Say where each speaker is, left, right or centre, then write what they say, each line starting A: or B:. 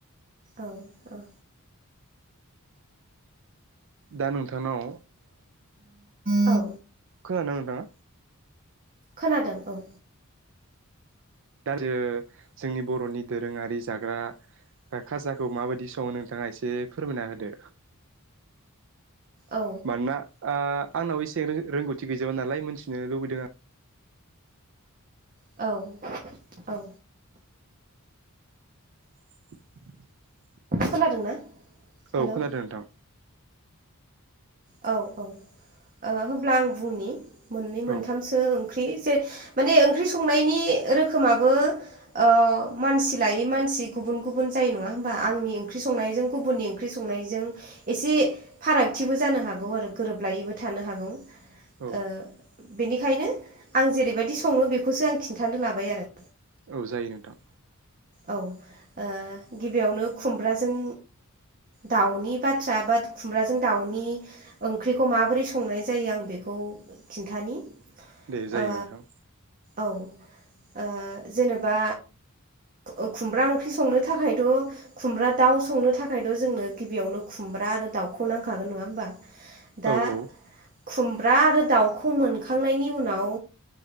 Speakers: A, on the right; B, on the right.
A: औ - औ
B: दा नोंथांनाव
A: औ
B: खोनादों नोंथाङा।
A: खोनादों औ।
B: दा जो जोंनि बर'नि दोरोङारि जाग्रा खाजाखौ माबायदि सङो नोंथाङा एसे फोरमायना होदो।
A: औ ओ
B: मानोना आ आंनाव एसें रों रोंगौथि गैजोबा नालाय मिथिनो लुबैदों आं।
A: औ औ।
B: <inaudible>
A: खोनादोंना। हेल'
B: औ खोनादों नोंथां।
A: औ औ ओ होमब्ला आं बुंनि मोननै मोनथामसो
B: औ
A: ओंख्रि जे माने ओंख्रि संनायनि रोखोमाबो ओ मानसि लायै मानसि गुबुन गुबुन जायो नङा होमबा आंनि ओंख्रि संनायजों गुबुननि ओंख्रि संनायजों एसे फारागथिबो जानो हागौ आरो गोरोबलायैबो थानो हागौ
B: औ।
A: ओ बेनिखायनो आं जेरैबायदि सङो बेखौसो आं खिन्थानो लाबाय आरो।
B: औ जायो नोंथां।
A: औ ओ गिबियावनो खुमब्राजों दाउनि बाथ्रा बा खुमब्राजों दाउनि ओंख्रिखौ माबोरै संनाय जायो आं बेखौ खौ खिन्थानि। ओ
B: दे जायो नोंथां।
A: औ ओ जेनेबा ओ खुमब्रा ओंख्रि संनो थाखायथ' खुमब्रा दाउ संनो थाखायथ' जोंनो गिबियावनो खुमब्रा आरो दाउखौ नांखागोन नङा होमबा। दा
B: औ औ।
A: खुमब्रा आरो दाउखौ मोनखांनायनि उनाव